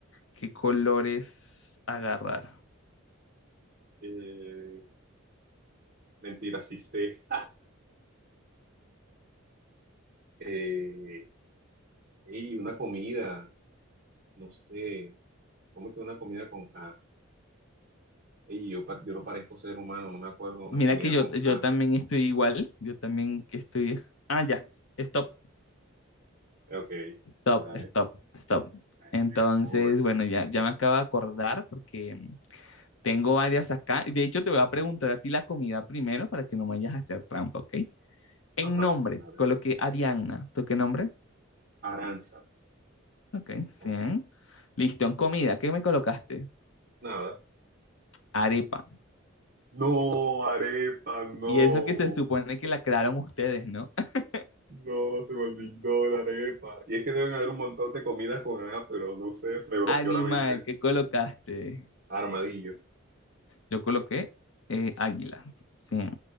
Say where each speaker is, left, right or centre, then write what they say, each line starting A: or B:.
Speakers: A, on the left; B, on the right.
A: qué colores agarrar.
B: Eh, mentira, sí sé. Eh, ey, una comida, no sé. ¿Cómo es que una comida con A? Ey, yo, pa- yo no parezco ser humano, no me acuerdo de una
A: Mira
B: comida
A: que yo,
B: con
A: yo
B: A.
A: también estoy igual, yo también que estoy... Ah, ya, stop,
B: Eh, Ok,
A: stop,
B: dale.
A: stop, stop.
B: Eh,
A: Entonces,
B: me tuve, me
A: bueno, ya,
B: tuve.
A: ya me acabo de acordar porque mm, tengo varias acá. De hecho, te voy a preguntar a ti la comida primero para que no me vayas a hacer trampa, ¿ok? En
B: Ajá,
A: nombre,
B: dale.
A: coloqué Arianna. ¿Tú qué nombre?
B: Aranza.
A: Ok, 100.
B: Aranza.
A: Listo, en comida, ¿qué me colocaste?
B: Nada.
A: Arepa.
B: No, arepa, no.
A: Y eso que se supone que la crearon ustedes, ¿no? <laughs>
B: No, se me olvidó la arepa. Y es que deben haber un montón de comidas con A, pero no sé, se me bloqueó
A: Animal,
B: la mente.
A: ¿qué colocaste?
B: Armadillo.
A: Yo coloqué eh, águila. 100.